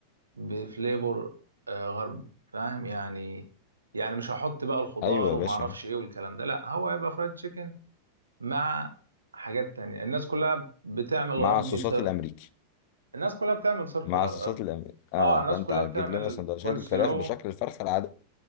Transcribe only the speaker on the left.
ايوه يا
باشا
مع
الصوصات
الامريكي
مع
الصوصات الامريكي اه
فانت
هتجيب
لنا سندوتشات
الفراخ
بشكل الفرخه العاديه